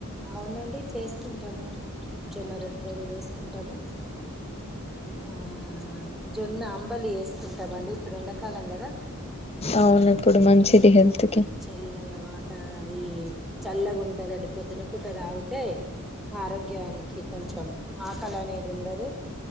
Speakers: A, in the centre; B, on the left.
A: అవునండి చేసుకున్ టాము జొన్న రొట్టెలు చేసుకుంటాము ఆ జొన్న అంబలి వేసుకుంటామ్ అండి ఇప్పుడు ఎండాకాలం గదా
B: అవును తుడు మంచిది హెల్త్ కి
A: చల్లగా వాత్ తార ఈ చల్లగా ఉంటదండి పొద్దున పుట తాగితే ఆరోగ్యానికి కొంచెం ఆకలి అనేది ఉండదు